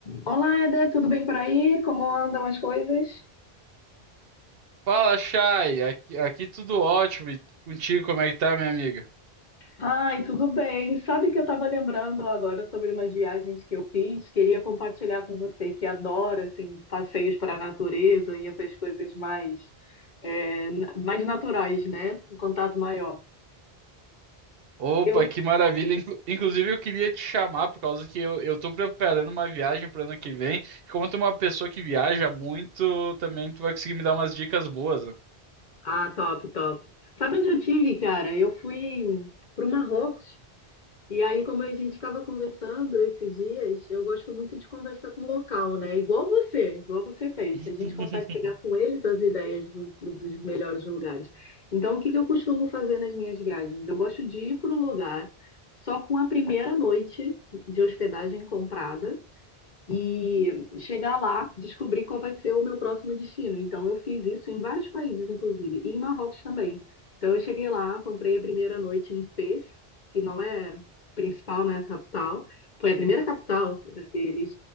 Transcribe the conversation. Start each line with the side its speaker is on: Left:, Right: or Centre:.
Left: Olá, Eder, tudo bem por aí? Como andam as coisas?
Right: Fala, Chay. Aqui, aqui tudo ótimo. E contigo, como é que tá, minha amiga?
Left: Ai, tudo bem. Sabe que eu estava lembrando agora sobre umas viagens que eu fiz? Queria compartilhar com você que adora assim, passeios para a natureza e essas coisas mais, é, na- mais naturais, né? Com contato maior.
Right: Opa,
Left: Eu...
Right: que maravilha. Inclu- Inclusive, eu queria te chamar por causa que eu, eu tô preparando uma viagem para ano que vem. E como tu é uma pessoa que viaja muito, também tu vai conseguir me dar umas dicas boas, né?
Left: Ah, top, top. Sabe onde eu tive, cara? Eu fui para o Marrocos. E aí, como a gente estava conversando esses dias, eu gosto muito de conversar com local, né? Igual você, igual você fez.
Right: <laughs>
Left: A gente consegue pegar com eles as ideias do- do- dos melhores lugares. Então, o que que eu costumo fazer nas minhas viagens? Eu gosto de ir para o lugar só com a primeira noite de hospedagem comprada e chegar lá, descobrir qual vai ser o meu próximo destino. Então, eu fiz isso em vários países, inclusive, e em Marrocos também. Então, eu cheguei lá, comprei a primeira noite em Fez, que não é principal, não é a capital. Foi a primeira capital né, deles,